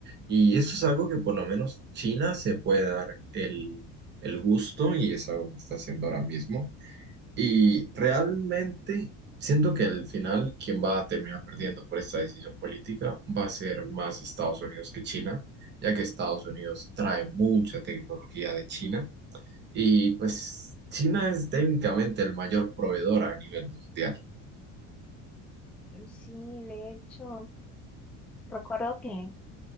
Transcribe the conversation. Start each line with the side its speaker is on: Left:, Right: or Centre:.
Right: Y eso es algo que por lo menos China se puede dar el, el gusto y es algo que está haciendo ahora mismo. Y realmente siento que al final quien va a terminar perdiendo por esta decisión política va a ser más Estados Unidos que China, ya que Estados Unidos trae mucha tecnología de China y pues China es técnicamente el mayor proveedor a nivel mundial.
Centre: Sí, de hecho, recuerdo que